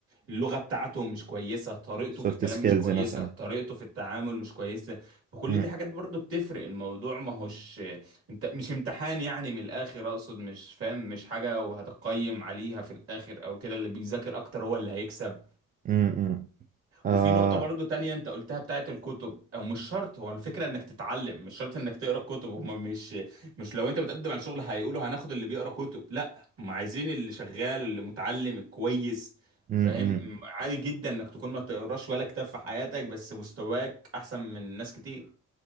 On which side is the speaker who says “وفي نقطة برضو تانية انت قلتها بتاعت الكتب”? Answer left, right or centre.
Right